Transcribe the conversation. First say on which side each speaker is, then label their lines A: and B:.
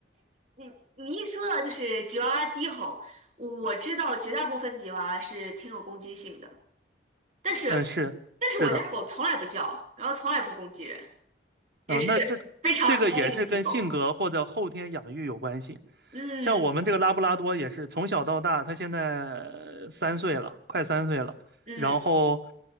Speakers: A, on the right; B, on the right.
A: 你你一说到就是吉娃娃低吼，我知道绝大部分吉娃娃是挺有攻击性的，但是但是我家狗从来不叫，
B: 嗯，是是的，
A: 然后从来不攻击人，也是
B: 啊、那这这个也是跟性格或者后天养育有关系。
A: 非常哀的一只狗。嗯
B: 像我们这个拉布拉多也是从小到大，它现在呃三岁了，快三岁了。
A: 嗯
B: 然后